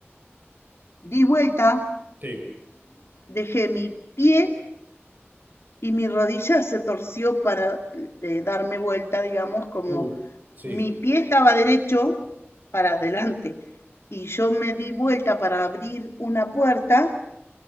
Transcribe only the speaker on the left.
di vuelta,
dejé mi pie y mi rodilla se torció para eh, darme vuelta, digamos, como
mi pie estaba derecho para adelante y yo me di vuelta para abrir una puerta,